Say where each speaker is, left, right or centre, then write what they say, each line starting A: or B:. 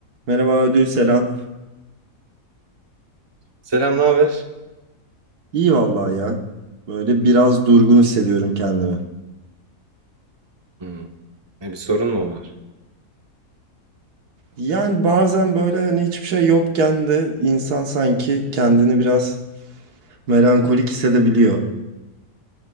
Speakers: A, on the right; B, on the right.
A: Merhaba ödül selam.
B: Selam, ne haber?
A: İyi vallahi ya. Böyle biraz durgun hissediyorum kendimi.
B: Hmm, ne bir sorun mu var?
A: Yani bazen böyle hani hiçbir şey yokken de insan sanki kendini biraz melankolik hissedebiliyor.